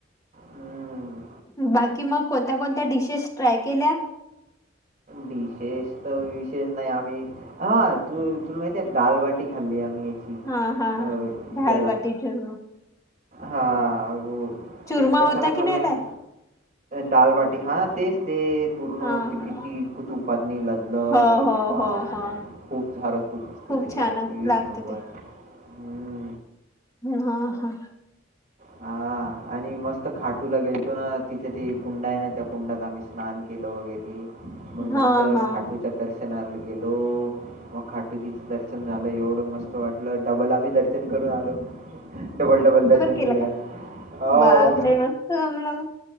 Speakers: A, on the right; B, on the left.
A: हं.
B: बाकी कि मग कोणत्या कोणत्या डिशेस ट्राय केल्या
A: डिशेष तर विशेष नाही आम्ही हा तू तुला माहितीय दाल बाटी खाल्ली आम्ही
B: हा हा
A: अ,
B: दाल बाटी चुर्मा
A: हा हो
B: चुरमा
A: ते कशाला
B: होता की
A: खाल्लं
B: नाही
A: आहे
B: त्यात
A: दालबाटी हा तेच ते पूर्ण
B: हा
A: होते
B: हा
A: किती <unintelligible>
B: हो हो हो हो
A: खूप सार तूप असते
B: खूप
A: त्याच्यावर
B: छान
A: एक
B: लागते
A: नंबर
B: ते
A: ह्
B: हा हा
A: हा आणि मस्त खाटूला गेलतो ना तिथे ते कुंडा आहे ना त्या कुंडात आम्ही स्नान केलं वगैरे मग
B: हा
A: नंतर
B: हा
A: खाटूच्या दर्शनाला गेलो मग खाटूजी दर्शन झालं एवढं मस्त वाटलं डबल आम्ही दर्शन करून आलो डबल डबल दर्शन
B: केलं
A: केले आम्ही.
B: का
A: हो.
B: <unintelligible> <unintelligible>